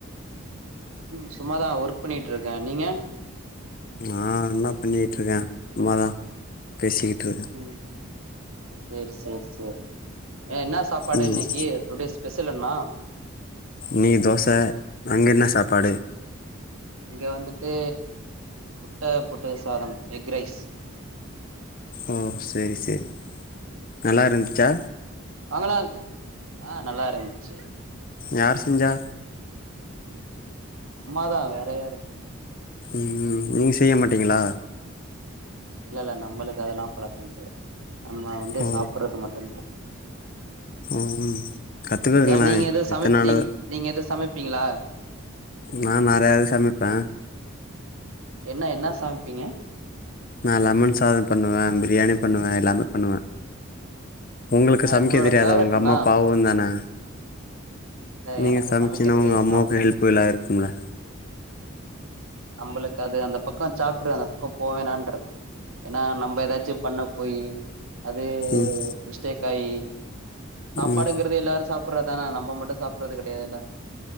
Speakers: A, on the right; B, on the left.
A: ம் சும்மாதான் ஒர்க் பண்ணிட்டு இருக்கேன் நீங்க
B: நா என்ன பண்ணிட்டு இருக்கேன் சும்மாதான் பேசிக்கிட்டு இருக்கேன்
A: ம் சேர் சேர் சேர் ஏ என்ன சாப்பாடு
B: ம்
A: இன்னிக்கி டுடே ஸ்பெஷல் என்னா
B: நீ தோச அங்க என்ன சாப்பாடு
A: இங்க வந்துட்டு முட்டை போட்டு சாதம் எக் ரைஸ்
B: ஓ சேரி சேரி நல்லா இருந்துச்சா
A: வாங்கலாம் ஆ நல்லா இருந்துச்சு
B: யார் செஞ்சா
A: அம்மாதான் வேற யாரு
B: ம் ம் நீங்க செய்ய மாட்டீங்களா
A: இல்ல இல்ல நம்மளுக்கு அதெல்லாம் பழக்கம் கிடையாது நம்ம வந்து
B: ஓ
A: சாப்பிடுறது மட்டும் தா
B: ம் கத்துக்கங்களே
A: ஏ நீங்க எதோ சமை
B: எத்தன் நாளு
A: நீ நீங்க எதோ சமைப்பீங்களா
B: நா நிறையாவே சமைப்பேன்
A: என்ன என்ன சமைப்பீங்க
B: நான் லெமன் சாதம் பண்ணுவேன் பிரியாணி பண்ணுவேன் எல்லாமே பண்ணுவேன் உங்களுக்கு
A: ஆ
B: சமைக்க
A: உங்களோட
B: தெரியாதா
A: ஃபேவரெட்
B: உங்க
A: என்னா
B: அம்மா பாவம் தானே
A: இல்ல
B: நீங்க
A: எனக்கு
B: சமைச்சீன்னா
A: சமைக்க தெரியாது
B: உங்க அம்மாவுக்கு
A: சாப்
B: ஹெல்ப்புல்லா இருக்கும்ல
A: நம்மளுக்கு அது அந்த பக்கம் சாப்டரு அந்த பக்கம் போவேனான் இருக்கே ஏன்னா நம்ம ஏதாச்சும் பண்ண போயி அது
B: ம்
A: மிஸ்டேக் ஆயி சாப்பாடுங்கறது
B: ம்
A: எல்லாரும் சாப் சாப்பறதான நம்ம மட்டும் சாப்பிடறது கெடையாதுல்ல